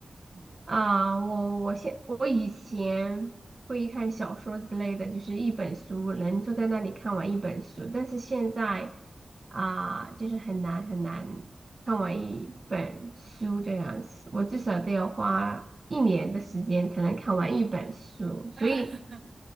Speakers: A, on the right (about 70°); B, on the right (about 40°).
A: 嗯
B: 啊，我我现我以前会看小说之类的，就是一本书能坐在那里看完一本书，但是现在啊，就是很难很难看完一本书这样子，我至少都要花一年的时间才能看完一本书，所以。
A: 啊，<laughs>